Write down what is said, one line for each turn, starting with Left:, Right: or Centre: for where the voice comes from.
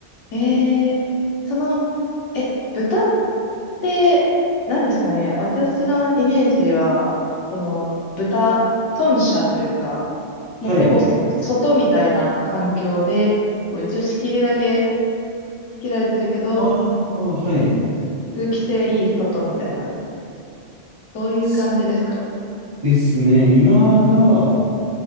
Left: えー、その、え、豚って、何ですかね。私のイメージは、その、豚、豚舎というか、もうほぼ外みたいな環境で、
Right: はい。
Left: こう一応仕切りだけ仕切られてるけど、
Right: ああ、はい。
Left: 通気性いい外みたいな、そういう感じですか。
Right: すですね。今が、